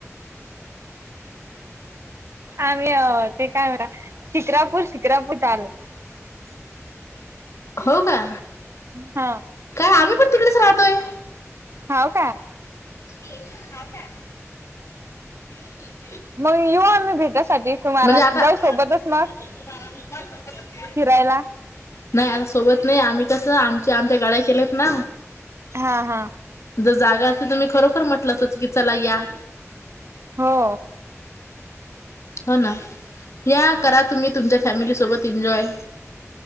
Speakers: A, on the right (about 55°); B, on the left (about 65°).
A: आ्ही अ ते काय म्हरा <unintelligible> शिक्रापूर, शिक्रापूर कुठ आल
B: हो का?
A: हा
B: काय आम्ही पण तिकडेच राहतोय.
A: हाव काय?
B: ये ह का <unintelligible> <unintelligible>
A: मग येऊ आम्ही भेटयसाठी तुम्हाला
B: म्हणजे आता
A: जाऊ सोबतच मग.
B: <unintelligible>
A: फिरायला.
B: नाही आता सोबत नाही आम्ही कसं आमच्या आमच्या गाड्या केल्यात ना
A: हा हा.
B: जर जागा अस तर मी खरोखर म्हटलं असतं की चला या
A: हो.
B: हो ना या करा तुम्ही तुमच्या फॅमिलीसोबत एन्जॉय